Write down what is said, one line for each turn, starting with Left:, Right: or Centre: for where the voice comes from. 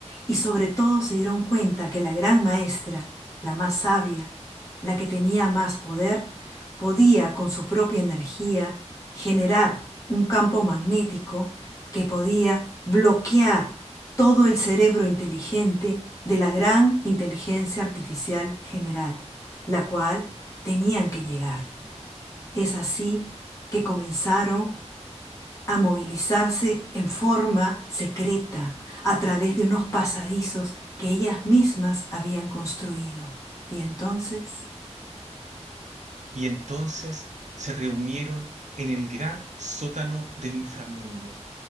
Left: y sobre todo se dieron cuenta que la gran maestra, la más sabia, la que tenía más poder, podía con su propia energía generar un campo magnético que podía bloquear todo el cerebro inteligente de la gran inteligencia artificial general, la cual tenían que llegar. Es así que comenzaron a movilizarse en forma secreta a través de unos pasadizos que ellas mismas habían construido. Y entonces,
Right: Y entonces se reunieron en el gran sótano del inframundo